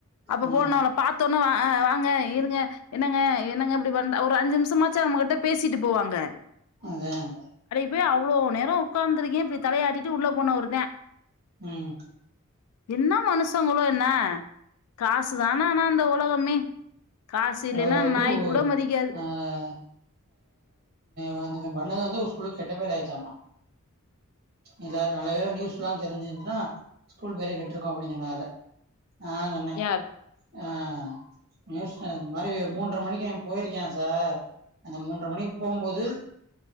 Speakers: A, on the left; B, on the right.
A: அப்ப
B: ஆ
A: போனாலோ பார்த்தோனே வா வாங்க இருங்க என்னங்க என்னங்க அப்படி ஒரு அஞ்சு நிமிஷமாச்சும் அவங்ககிட்ட பேசிட்டு போவாங்க
B: அதான்
A: இப்போ அவ்ளோ நேரம் உட்காந்துருக்கேன் இப்டி தலையாட்டிட்டு உள்ள போனவரு தான்
B: ம்
A: என்ன மனுஷங்களோ என்ன காசு தான் அந்த உலகமே காசு இல்லைன்னா
B: அஹ் அது
A: நாய் கூட மதிக்காது
B: அஹ் ஹ நல்லது வந்து ஸ்கூல் கெட்ட பேர் ஆயிடுச்சாம்மா எல்லாரும் நல்லாவேல நியூஸ் எல்லாம் தெரிஞ்சுச்சன்னா ஸ்கூல் பேரே கெட்டிருக்கு அப்படின்னு சொன்னாரு ஆஹ் நா சொன்னே
A: யார்
B: அஹ் நியூஸ் மாதிரி மூன்றரை மணிக்கு போயிருக்கேன் சார் அந்த மூன்ற மணிக்கு போகும் போது